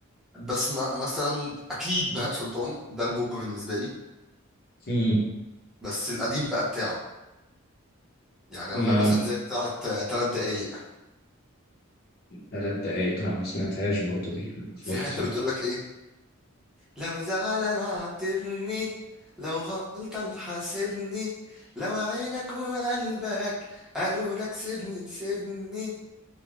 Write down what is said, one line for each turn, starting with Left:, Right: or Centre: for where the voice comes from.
Centre: بسمع مثلا اكيد بهاء سلطان ده البوب بالنسبه لي
Left: م.
Centre: بس القديم بقى بتاعه يعني
Left: ما
Centre: اغنيه مثلا زي بتاعه آه، تلات دقايق
Left: ثلاث دقايق لا ما سمعتهاش برضو دي ما فيهاش
Centre: في حته
Left: مسلسل
Centre: بتقول لك ايه لو زعلان عاتبني لو غلطان حاسبني لو عينك وقلبك قالوا لك سيبني سيبني